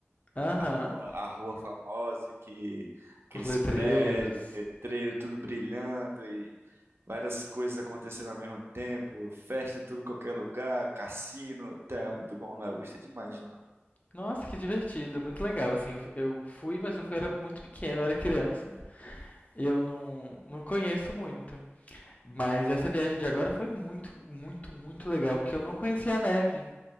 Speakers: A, on the left; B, on the right.
A: Aham.
B: A rua, a rua famosa, que aqueles
A: Com os letreiros.
B: prédios, letreiro, tudo brilhando e várias coisas acontecendo ao mesmo tempo, festa em tudo qualquer lugar, cassino, tá muito bom lá, eu gostei demais de lá.
A: Nossa, que divertido, muito legal. Assim, eu fu- eu fui, mas eu fui, era muito pequeno, eu era criança. Eu não, não conheço muito. Mas essa viagem de agora foi muito, muito, muito legal, porque eu não conhecia a neve.